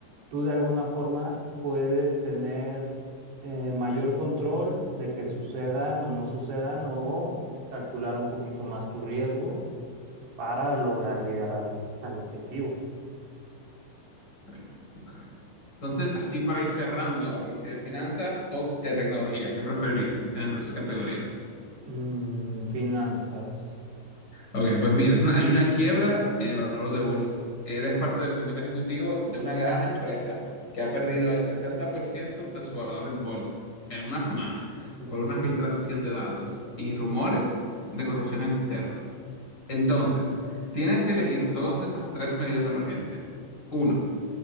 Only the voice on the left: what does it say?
Ok, ok. Entonces, así para ir cerrando, otra sí de finanzas o de tecnología, ¿qué preferirías en las dos categorías?
Ok, pues mira, es una- hay una quiebra en el valor de bolsa. Eres parte del comité ejecutivo de una gran empresa que ha perdido el 60% de su valor en bolsa en una semana
por una filtración de datos y rumores de corrupción interna. Entonces, tienes que elegir dos de esas tres medidas de emergencia. Uno,